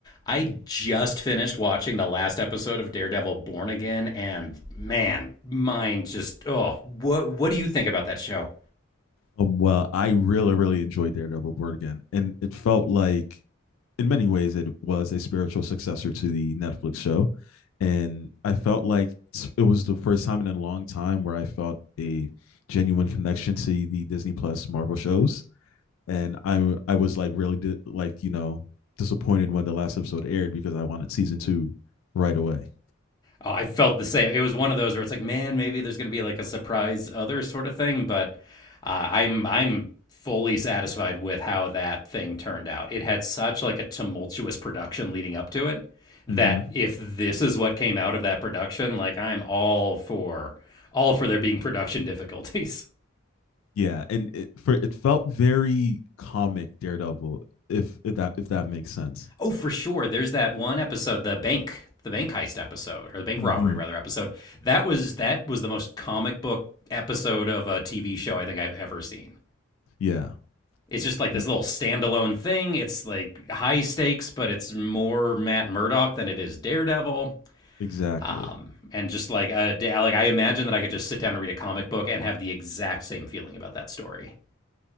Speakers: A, on the left (about 20°); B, on the left (about 75°).
A: I just finished watching the last episode of Daredevil Born Again, and man, mine just oh, what what do you think about that show?
B: Um, well, I really, really enjoyed Daredevil Born Again, and it felt like, in many ways, it was a spiritual successor to the Netflix show, and I felt like it was the first time in a long time where I felt a genuine connection to the Disney Plus Marvel shows, and I, I was like really di- like you know disappointed when the last episode aired because I wanted season two right away.
A: Oh, I felt the same. It was one of those where it's like, man, maybe there's going to be like a surprise other sort of thing, but uh, I'm I'm fully satisfied with how that thing turned out. It had such like a tumultuous production leading up to it that
B: hmm
A: if this is what came out of that production, like I'm all for all for there being production <laughs> difficulties.
B: Yeah, and it for it felt very comic Daredevil, if, if that if that makes sense
A: Oh, for sure. There's that one episode, the bank, the bank heist episode, or the bank
B: hmm
A: robbery rather episode. That was that was the most comic book episode of a TV show I think I've ever seen.
B: Yeah,
A: It's just like this
B: m-
A: little standalone thing. It's like high stakes, but it's more Matt Murdock than it is Daredevil.
B: exactly.
A: Um, and just like a like I imagine that I could just sit down and read a comic book and have the exact same feeling about that story.